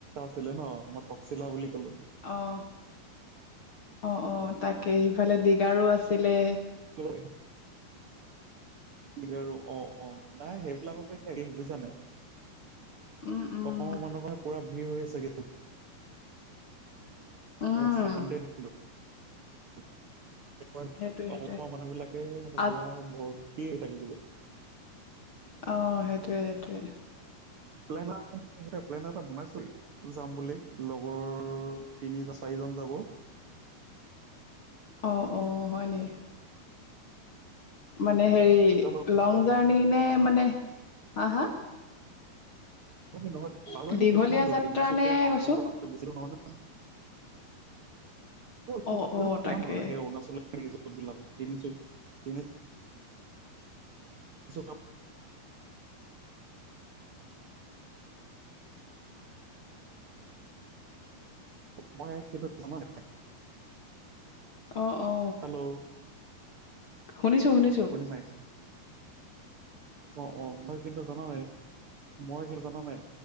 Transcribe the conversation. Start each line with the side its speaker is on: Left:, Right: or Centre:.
Right: ছিলে ন মই টকসিলা বুলি কলো
Left: অ' অ অ তাকে সিফালে দীগাৰো আছিলে
Right: ঐ ডিগাৰুঅ অনাই সেইবিলাকতো এতিয়াএৰিমবুছা নাই
Left: উম উম
Right: অসমৰ মানুহৰপুৰা ভিৰ হৈ আছে
Left: উম
Right: চান অসমৰ
Left: সেইটোৱে সেইটোৱে
Right: মানুহ বিলাকে মানে
Left: আ
Right: পুৰা ভৰ্তি হৈ থাকে বুলে
Left: অ সেইটয়ে সেইটয়ে
Right: প্লেন এ প্লেন এটা বনাইছো যাম বুলি লগৰ তিনিজন চাৰিজন যাব
Left: অ অ হয়নে মানে হেৰি
Right: যাব
Left: লং জাৰ্ণি নে মানে হা হা
Right: নহয় তালৈ
Left: দীঘলীয়া
Right: নো কিমান
Left: যাত্ৰা
Right: তিনিচুকীয়া
Left: নে
Right: টাউনৰ
Left: কৈছো
Right: পৰা বেছিদুৰনহয় ন <unintelligible>
Left: অঁ অঁ
Right: কিমান
Left: তাকে
Right: বাৰু সেই অৰুণাচল ৰিজৰ্ট বিলাকত <unintelligible> আছ ক <unintelligible> মই কিন্ত জানা নাই
Left: অ, অ
Right: হেল্ল'
Left: শুনিছোঁ শুনিছোঁ
Right: শুনিছা নাই অ অ মই কিন্তু জানা নাই মই কিন্তু জাননা নাই